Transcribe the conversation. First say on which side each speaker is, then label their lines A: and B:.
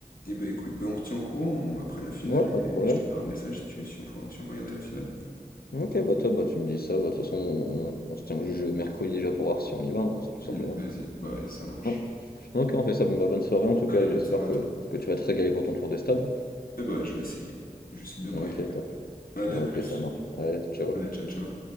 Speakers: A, on the left (about 70°); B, on the left (about 80°).
A: Et bah écoute, bah on se tient au courant hein, après la finale
B: Ouais,
A: et
B: pas de problème.
A: je te ferai un message si, tu- si on, faut- si on veut regarder la finale.
B: Ok, bah toi, bah tu me dis ça, bah de toute façon, on, on se tient au jeu mercredi déjà pour voir si on y va, hein, c'est tout simplement.
A: Hmm, vas-y, bah vas-y, ça marche.
B: Ouais. Ok, on fait ça, bon bah bonne soirée en tout
A: Allez,
B: cas, et
A: bonne
B: j'espère
A: soirée
B: que,
A: à toi.
B: que tu vas te régaler pour ton tour des stades. hein.
A: Eh bah je vais essayer. Je sais de bien m'organiser.
B: Ok, top.
A: Allez,
B: Ok,
A: à plus.
B: ça marche. Allez, ciao.
A: Allez, ciao ciao.